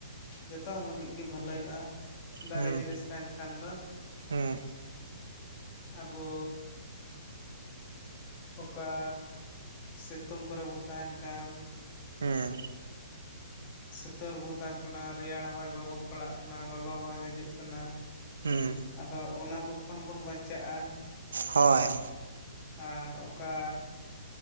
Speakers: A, on the left; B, on the right.
A: ᱡᱚᱛᱚ ᱦᱚᱲ ᱞᱟᱹᱜᱤᱫ ᱜᱮ ᱵᱷᱟᱹᱞᱟᱹᱭᱚᱜᱼᱟ᱾ ᱫᱟᱨᱮ
B: ᱦᱩᱸ
A: ᱡᱤᱱᱤᱥ ᱛᱟᱦᱮᱱ ᱠᱷᱟᱱ ᱫᱚ,
B: ᱦᱩᱸ
A: ᱟᱵᱚᱼᱼ ᱚᱠᱟᱻ ᱥᱤᱛᱩᱝ ᱠᱚᱨᱮ ᱵᱚᱱ ᱛᱟᱦᱮᱱ ᱠᱟᱱ
B: ᱦᱮᱸ᱾
A: ᱥᱤᱛᱚᱨ ᱵᱚᱱ ᱛᱟᱦᱮᱱ ᱠᱟᱱᱟ ᱨᱮᱭᱟᱲ ᱦᱚᱭ ᱵᱟᱵᱚᱱ ᱯᱟᱲᱟᱜ ᱠᱟᱱᱟ, ᱞᱚᱞᱚ ᱦᱚᱭ ᱦᱤᱡᱩᱜ ᱠᱟᱱᱟ᱾
B: ᱦᱩᱸ᱾
A: ᱟᱫᱚ ᱚᱱᱟ ᱠᱚ ᱠᱷᱚᱱ ᱵᱚᱱ ᱵᱟᱧᱪᱟᱜᱼᱟ᱾
B: ᱦᱳᱭ᱾
A: ᱟᱨ ᱚᱠᱟ᱾